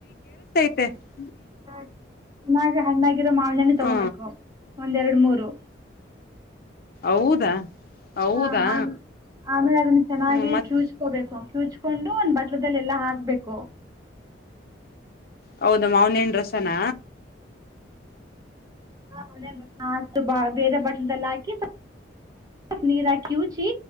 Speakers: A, on the left (about 50°); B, on the right (about 20°).
A: ಹ <unintelligible>
B: ಹಾ <unintelligible> ನ ಹಣ್ಣ <unintelligible> ಿರೋ ಮಾವನನೆ ತಗೋಬೇಕು
A: ಹ
B: <unintelligible> ಒಂದೆರಡು ಮೂರು
A: ಹೌದಾ ಹೌದಾ
B: ಹ ಆ ಆಮೇಲೆ ಅದನ್ನ ಚೆನ್ನಾಗಿ
A: ಹ್ಮ ಮತ್
B: ಕ್ಯೂಚ್ಕೋಬೇಕು ಕ್ಯೂಚ್ ಕೊಂಡು ಒಂದ್ ಬಟ್ಲಲ್ಲ ಎಲ್ಲಾ ಹಾಕ್ಬೇಕು.
A: ಹೌದ ಮಾವನೇಣ ರಸನಾ
B: ಹ ಮು ಬೇರೆ ಬಾಟ್ಲಿಗೆಲ್ಲಾ ಹಾಕಿ, ನೀರ್ ಹಾಕಿ ಕ್ಯೂಚಿ